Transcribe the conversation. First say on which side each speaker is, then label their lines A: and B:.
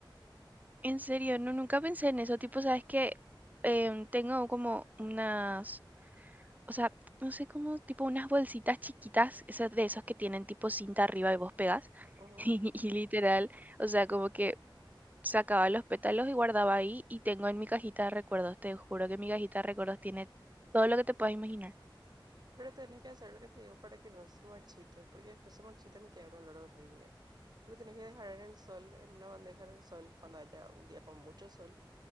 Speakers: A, on the right; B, on the right.
A: En serio, no, nunca pensé en eso. Tipo, sabes que tengo como unas, o sea, no sé, cómo tipo unas bolsitas chiquitas, esas de esos que tienen tipo cinta arriba y vos pegas. <laughs>
B: Ujú.
A: Y y literal, o sea, como que sacaba los pétalos y guardaba ahí y tengo en mi cajita de recuerdos. Te juro que mi cajita de recuerdos tiene todo lo que te puedas imaginar.
B: Pero tenés que hacer lo que te digo para que no se marchiten, porque después se marchitan y queda un olor horrible. Tipo, tenés que dejar en el sol, en una bandeja en el sol, cuando haya un día con mucho sol,